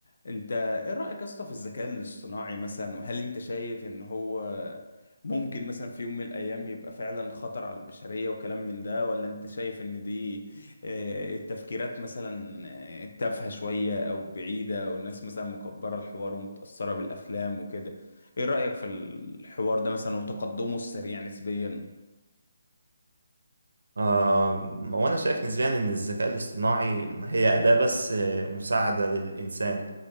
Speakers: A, on the left (about 65°); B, on the right (about 75°).
A: انت ايه رأيك يا اسطى في الذكاء الاصطناعي مثلا وهل انت شايف ان هو ممكن مثلا في يوم من الايام يبقى فعلا خطر على البشرية وكلام من ده ولا انت شايف ان دي آه، تفكيرات مثلا آه، تافهة شوية او بعيدة والناس مثلا مكبرة الحوار ومتأثرة بالافلام وكده ايه رأيك في الحوار ده مثلا وتقدمه السريع نسبيا
B: آه، وانا شايف نسبيا ان الذكاء الاصطناعي هي اداة بس آه، مساعدة للانسان